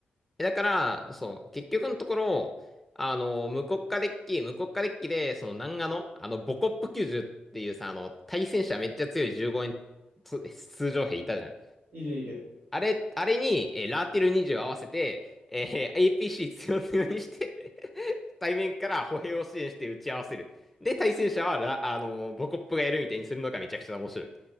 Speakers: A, in the centre; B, on the right (about 70°).
A: えだから、そう、結局のところ、あの、無国家デッキ、無国家デッキで、その、南アの、あの、ボコップ90っていうさ、あの、対戦車めっちゃ強い15円つ通常兵いたじゃん。
B: いるいる。
A: あれ、あれに、えーラーティル20を合わせて、えー APC 強強にして <laughs> 対面から歩兵を支援して打ち合わせる。で、対戦者はラ、あのーボコップがやるみたいにするのがめちゃくちゃ面白い。